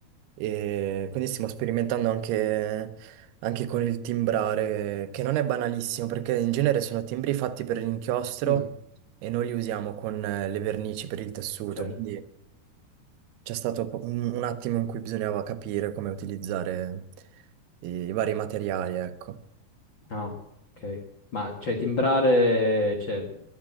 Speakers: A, on the right (about 75°); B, on the left (about 70°).
A: e quindi stiamo sperimentando anche, anche con il timbrare, che non è banalissimo perché in genere sono timbri fatti per l'inchiostro
B: mm,
A: e noi li usiamo con eh, le vernici per il tessuto,
B: certo.
A: quindi c'è stato po- un, un attimo in cui bisognava capire come utilizzare i i vari materiali, ecco.
B: Ah, ok. Ma cioè timbrare, cioè,